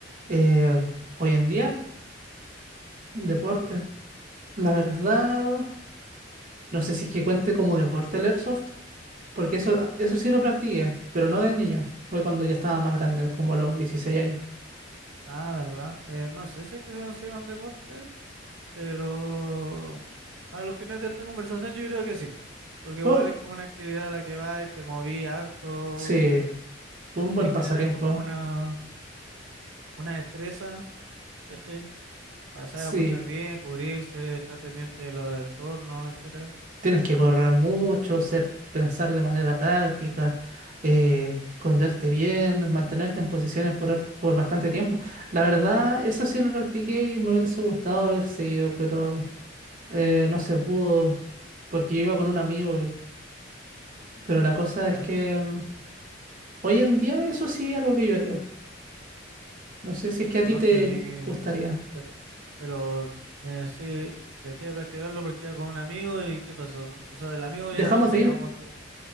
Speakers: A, on the right; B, on the right.
A: Eh, hoy en día, deporte.
B: Ujú.
A: La verdad, no sé si es que cuente como deporte el airsoft, porque eso, eso sí lo practiqué, pero no de niño. Fue cuando ya estaba más grande, como a los dieciséis años.
B: Ah, ¿verdad? Eh, no sé si es que se considera un deporte, pero... Para los fines de esta conversación yo creo que sí, porque
A: Fue,
B: igual es como una actividad a la que vas y te moví harto,
A: sí, fue un buen
B: tienes
A: pasatiempo.
B: que tener como una, una destreza, ¿cachai? A saber
A: Sí,
B: apuntar bien, cubrirse, estar pendiente de los entornos, etcétera,
A: tienes que correr mucho, ser, pensar de manera táctica, eh, esconderte bien, mantenerte en posiciones por, har- por bastante tiempo. La verdad, eso sí lo practiqué y me hubiese gustado haber seguido, pero. eh, no se pudo porque yo iba con un amigo, eh. pero la cosa
B: ¿ya?
A: es que mm, hoy en día eso sí es algo que yo haría. No sé si es que a
B: Y
A: ti
B: mo-
A: te
B: y-
A: gustaría.
B: pero, pero me decí, dejé de practicarlo porque iba con un amigo y ¿qué pasó? O sea, el amigo
A: Dejamos
B: ya, supongamos
A: de ir,
B: que...